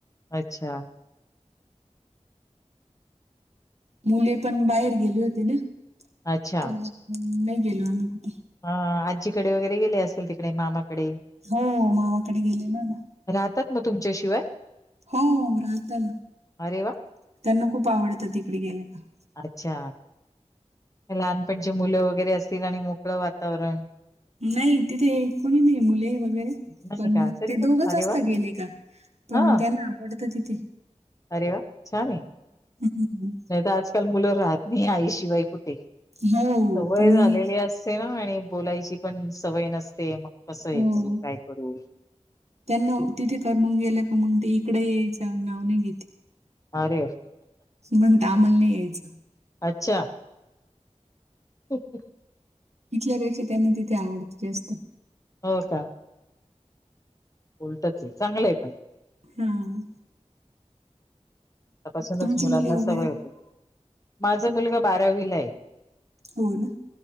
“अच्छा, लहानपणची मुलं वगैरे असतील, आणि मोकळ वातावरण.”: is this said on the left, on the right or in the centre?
Left